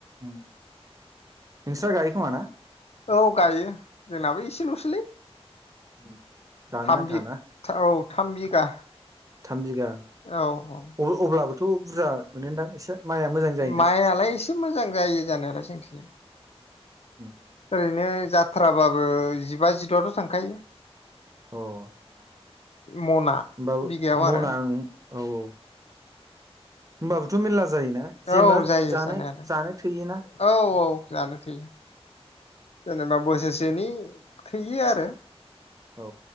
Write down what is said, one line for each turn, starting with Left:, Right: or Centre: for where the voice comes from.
Right: उम नोंस्रा गायो खौमा ना
Left: औ गायो जोंनाबो इसेल'सैलै
Right: <inaudible>
Left: थाम
Right: आन्था
Left: बि
Right: ना
Left: औ थाम बिगा
Right: थाम बिगा
Left: औ औ
Right: अब्लाबोथ' बुरजा मोनोदां एसे माइआ मोजां जायोदां
Left: माइआलाय
Right: अ
Left: एसे मोजां जायो जानायालाय जोंथिजाय
Right: उ
Left: ओरैनो जाथ्राबाबो जिबा जिद'आथ' थांखायो
Right: अ होनोमबो
Left: मना बिगायाव
Right: मना
Left: आरो
Right: आं औ औ होमबाबोथ' मेर्ला जायोना जेनेबा
Left: औ जायो
Right: जानो
Left: जानायालाय
Right: जानो थैयोना
Left: औ औ जानो थोयो जेनेबा बोसोरसेनि थोयो आरो
Right: औ